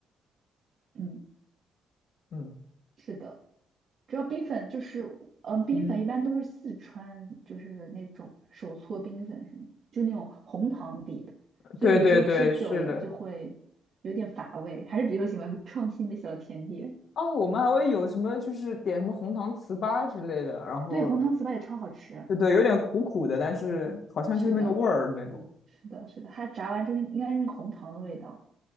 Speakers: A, on the right (about 55°); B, on the left (about 65°).
A: 嗯，
B: 嗯
A: 是的，主要冰粉就是，嗯，冰粉一般都是四川，
B: 嗯，
A: 就是那种手搓冰粉什么，就那种红糖底的，所以有时候吃久了就会有点乏味，
B: 对对对，是的。
A: 还是比较喜欢创新的小甜点。
B: 哦，我们还会有什么就是点什么红糖糍粑之类的，然后
A: 对，红糖糍粑也超好吃。
B: 对对，有点苦苦的，但是好像就是那个味儿那种。
A: 是的，是的，是的，它炸完之后应该是红糖的味道。